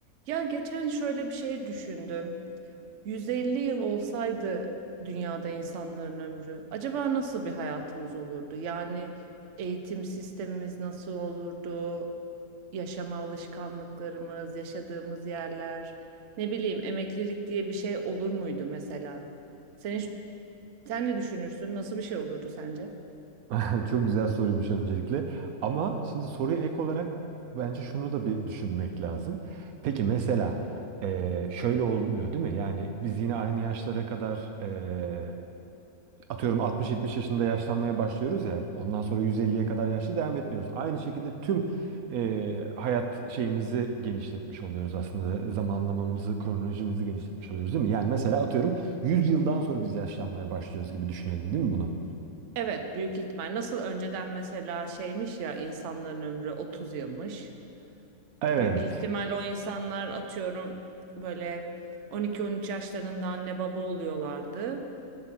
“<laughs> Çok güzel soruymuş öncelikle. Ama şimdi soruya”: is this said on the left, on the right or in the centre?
Right